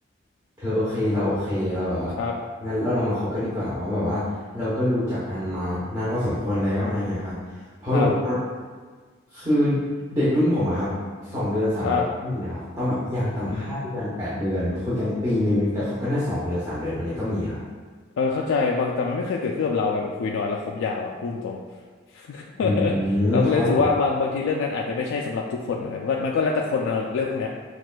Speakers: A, on the right; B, on the left.
A: เธอโอเคเราโอเคเราแบบว่า
B: ครับ
A: งั้นเราลองมาคบกันดีกว่าเพราะแบบว่าเราก็รู้จักกันมานานพอสมควรแล้วอะไรเงี้ยครับ เพราะแบบว่า
B: ครับ
A: คือเด็กรุ่นผมอะครับสองเดือนสามเดือนไม่มีนะครับต้องแบบอย่างต่ำห้าเดือนแปดเดือนคุยกันปีหนึ่งแต่คบกันได้สองเดือนสามเดือนอันนี้ก็มีครับ
B: ครับอืมเออเข้าใจบางแต่มันไม่เคยเกิดขึ้นกับเราไงแบบคุยน้อยแล้วคบยาวอะพูดตรง <laughs>
A: อืมครับผม
B: เราก็เลยรู้สึกว่าบางบางทีเรื่องนั้นอาจจะไม่ใช่สำหรับทุกคนเหมือนกันมันก็มันก็แล้วแต่คนเนอะเรื่องพวกเนี้ย